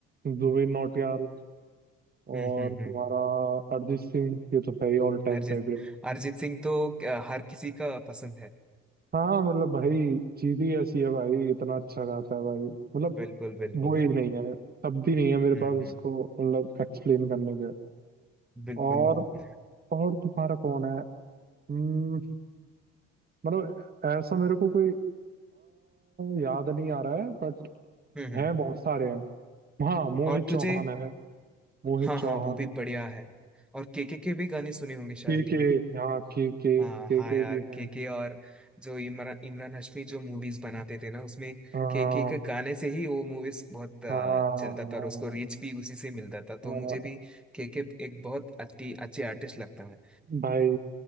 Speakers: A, on the right; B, in the centre.
A: जुबिन नौटियाल
B: हम्म
A: और
B: हम्म हम्म
A: तुम्हारा
B: हम्म।
A: अरिजीत सिंह ये तो है ही ऑल टाइम
B: अरिजीत
A: फेवरेट
B: अरिजीत सिंह तो अ, हर किसी का पसंद है
A: हाँ मतलब भाई चीज ही ऐसी है भाई इतना अच्छा गाता है भाई मतलब
B: बिल्कुल बिल्कुल
A: वो ही
B: यार
A: नहीं है शब्द ही नहीं है मेरे
B: हम्म
A: पास
B: हम्म
A: उसको मतलब एक्सप्लेन करने के
B: बिल्कुल
A: और
B: हम्म
A: और तुम्हारा कौन है हम्म, मतलब ऐसा मेरे को कोई आ, याद नहीं आ रहा है बट
B: हम्म
A: हैं बहुत सारे हैं हाँ मोहित
B: और तुझे
A: चौहान है मोहित
B: हाँ
A: चौहान
B: हाँ वो भी बढ़िया है और के के के भी गाने सुने होंगे शायद
A: के के हाँ के के
B: हाँ
A: के
B: हाँ
A: के
B: यार
A: भी हैं
B: केके और जो इमरान इमरान हाशमी जो मूवीज बनाते थे ना उसमें
A: हाँ
B: केके के के गाने से ही वो मूवीज बहुत आ,
A: हाँ
B: चलता था
A: हाँ
B: और उसको रीच भी उसी से मिलता था तो
A: हाँ,
B: मुझे भी केके एक बहुत अच्छी अच्छे आर्टिस्ट लगता है
A: भाई